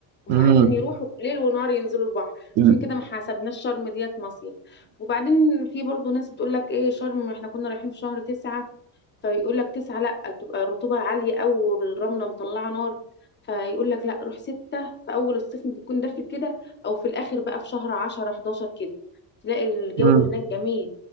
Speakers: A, on the left; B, on the right.
A: هم
B: امم
A: عايزين يروحوا ليل ونهار ينزلوا البحر
B: ال-
A: عشان كده ما حسبناش شرم ديت مصيف وبعدين في برضو ناس بتقول لك ايه شرم احنا كنا رايحين في شهر تسعة فيقول لك تسعة لا تبقى الرطوبة عالية أوي والرملة مطلعة نار فيقول لك لا روح ستة في أول الصيف بتكون داخل كده أو في الآخر بقى في شهر عشرة حداشر كده تلاقي الجو
B: امم
A: هناك جميل